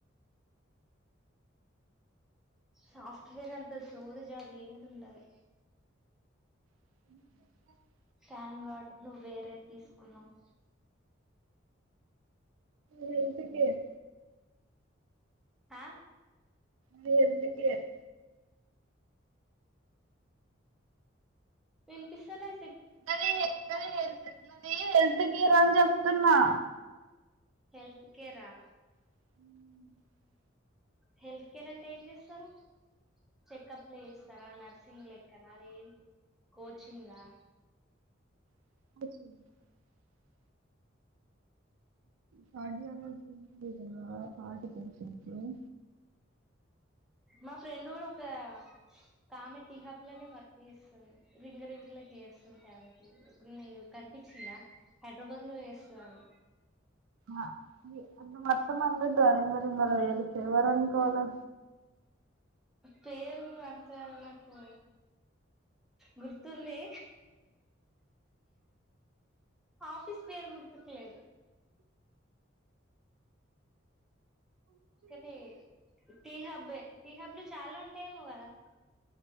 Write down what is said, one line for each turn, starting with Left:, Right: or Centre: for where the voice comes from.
Centre: సాఫ్ట్‌వేర్ అంతా సోది జాబ్ ఏదీ ఉండదు
Right: <inaudible>
Centre: థ్యాంక్ గాడ్ నువ్వు వేరేది తీసుకున్నావ్.
Right: హెల్త్ కేర్
Centre: అ
Right: హెల్త్ కేర్
Centre: వినిపిస్తలేద్
Right: <unintelligible> హెల్త్ కేర్ అని చెప్తున్నా
Centre: హెల్త్ కేరా
Right: <inaudible>
Centre: హెల్త్ కేర్ అంటే ఏం చేస్తారు చెకప్లు చేస్తారా నర్సింగ్ లెక్కనా అది ఏంటి కోచింగ్ ఆ
Right: <inaudible> కార్డియాలజీ లేదా హార్ట్ టెన్షన్ కి <inaudible>
Centre: మా ఫ్రెండ్ కూడా ఒక కామె టీ హబ్‌లోనే వర్క్ హెయర్స్ అవి రింగ రింగుల హెయిర్స్ ఉంటాయి ఆమెకి ఎప్పుడైనా కనిపించిందా హైదరాబాద్ లో చేస్తది ఆమె
Right: అ మొత్తం అంతా డ రింగారింగా హెయర్స్, ఎవరు అనుకోవాలా
Centre: పేరు అంత నాకు గుర్తుంది ఆఫీస్ పేరు గుర్తుకు లేదు అడ టీహబ్బే టీహబ్బలు చాలా ఉంటాయేమో కదా